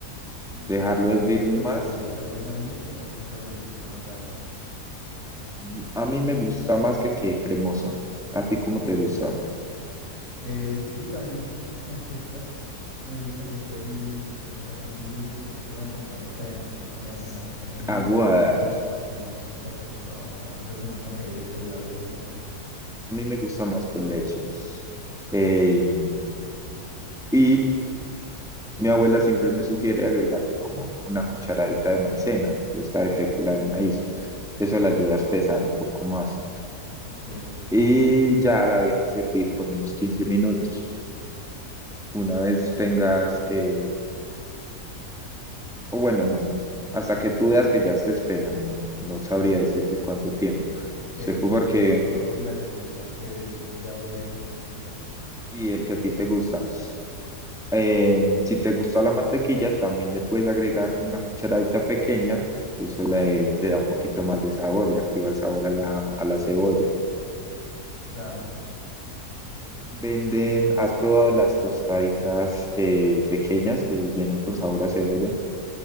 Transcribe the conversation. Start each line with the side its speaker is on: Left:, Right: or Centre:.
Left: Ok,
Centre: Dejarlo
Left: ¿qué, pre-
Centre: hervir
Left: qué es
Centre: más.
Left: preferible? ¿Echarle más leche o más bien echarle un poquito más de agua?
Centre: Mm, A mí me gusta más que quede cremosa. ¿A ti cómo
Left: Ok,
Centre: te gusta?
Left: eh, sí, también <laughs> me gusta, me gusta que esté así bien, o sea, que sí de una textura como de crema, que no sea
Centre: S-
Left: como, que no se sienta
Centre: Aguada.
Left: como una sopa así, como una sopa así toda aguada. Entonces me imagino que leche, la leche es mejor.
Centre: A mí me gusta más con leche. Eh, y Mi abuela siempre me sugiere agregarle como una cucharadita de maicena, de esta de fécula de maíz. Eso
Left: Sí,
Centre: la ayuda a espesar un poco más.
Left: ok.
Centre: Y ya la deja servir por unos 15 minutos. Una vez tengas, eh, o bueno, no, hasta que tú veas que ya esté espesa, no, no sabría decirte cuánto tiempo.
Left: Que
Centre: Sé porque,
Left: pues el espesor y la cremosidad que yo ya veía que me gusta.
Centre: y el que a ti te gusta. Eh, si te gusta la mantequilla, también le puedes agregar una cucharadita pequeña, que eso le, le da un poquito más de sabor, le activa el sabor a la, a la cebolla.
Left: Claro,
Centre: Venden, ¿has probado las tostaditas eh, pequeñas que vienen con sabor a cebolla?